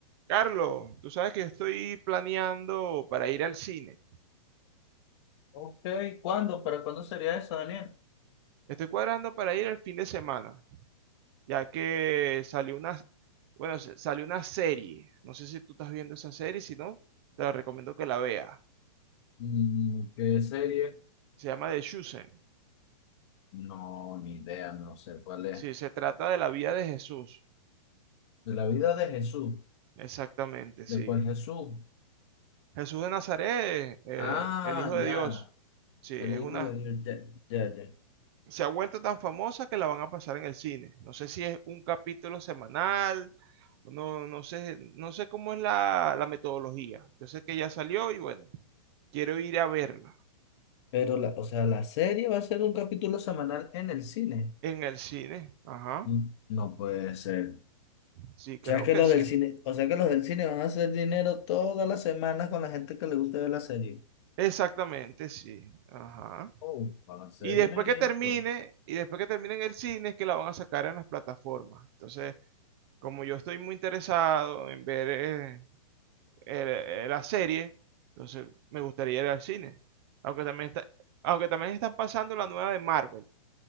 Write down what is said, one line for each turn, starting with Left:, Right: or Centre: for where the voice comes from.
Right: Carlos, tú sabes que estoy planeando para ir al cine.
Left: Ok, ¿cuándo? ¿Para cuándo sería eso, Daniel?
Right: Estoy cuadrando para ir el fin de semana, ya que salió una, bueno, s- salió una serie. No sé si tú estás viendo esa serie, si no, te la recomiendo que la veas.
Left: Mm, ¿Qué serie?
Right: Se llama The Chosen.
Left: No, ni idea, no sé cuál es.
Right: Sí, se trata de la vida de Jesús.
Left: De la vida de Jesús.
Right: Exactamente, sí.
Left: ¿De cuál Jesús?
Right: Jesús de Nazaret, eh,
Left: Ah,
Right: el Hijo de
Left: ya,
Right: Dios. Sí, es
Left: el hijo
Right: una,
Left: de Dios, ya, ya, ya.
Right: se ha vuelto tan famosa que la van a pasar en el cine. No sé si es un capítulo semanal, no, no sé, no sé cómo es la, la metodología. Yo sé que ya salió y bueno, quiero ir a verla
Left: Pero, la, o sea, la serie va a ser un capítulo semanal en el cine.
Right: en el cine. Ajá,
Left: Mm, No puede ser.
Right: sí, creo
Left: O sea que
Right: que
Left: los
Right: sí.
Left: del cine, o sea que los del cine van a hacer dinero todas las semanas con la gente que le gusta ver la serie.
Right: Exactamente, sí. Ajá.
Left: Oh, van a
Right: Y
Left: ser
Right: después
Left: dinerito.
Right: que termine, y después que termine en el cine, es que la van a sacar en las plataformas. Entonces, como yo estoy muy interesado en ver eh, era, era serie, entonces me gustaría ir al cine. Aunque también está, aunque también están pasando la nueva de Marvel.